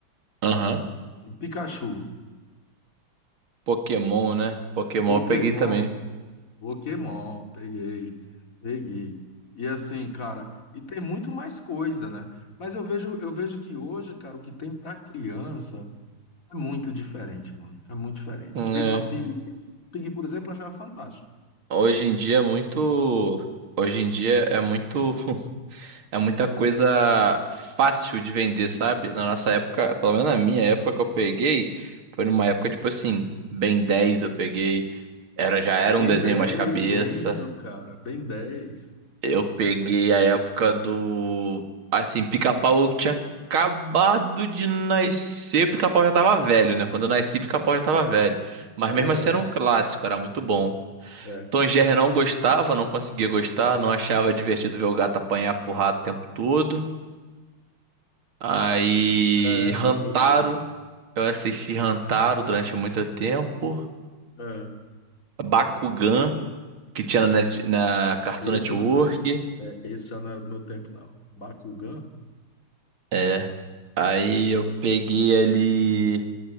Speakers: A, on the right (about 75°); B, on the left (about 40°).
A: Aham.
B: E Pikachu,
A: Pokémon, né? Pokémon
B: Pokémon.
A: eu peguei também.
B: Pokémon, peguei, peguei. E assim, cara, e tem muito mais coisa, né? Mas eu vejo, eu vejo que hoje, cara, o que tem pra criança é muito diferente, mano. É muito diferente.
A: É.
B: Peppa Pig, Peppa Pig, por exemplo, eu achava fantástico.
A: Hoje em dia é muito. Hoje em dia é muito. É muita coisa fácil de vender, sabe? Na nossa época, pelo menos na minha época que eu peguei, foi numa época tipo assim, Ben dez eu peguei, era já era
B: Ben
A: um desenho
B: dez,
A: mais cabeça.
B: lembro, cara, Ben dez,
A: Eu peguei a época do assim, Pica-Pau tinha acabado de nascer, Pica-Pau já tava velho, né? Quando eu nasci, Pica-Pau já tava
B: É,
A: velho. Mas
B: é
A: mesmo
B: verdade.
A: assim era um clássico, era muito bom.
B: É,
A: Tom e Jerry não gostava, não conseguia gostar, não achava divertido ver o gato apanhar pro rato o tempo todo. Aí,
B: É, essa
A: Rantaro,
B: foi boa.
A: eu assisti Rantaro durante muito tempo.
B: É.
A: Bakugan, que tinha na, net, na Cartoon
B: Esse,
A: Network.
B: eu não, é, esse já não era do meu tempo, não. Bakugan?
A: É. Aí eu peguei ali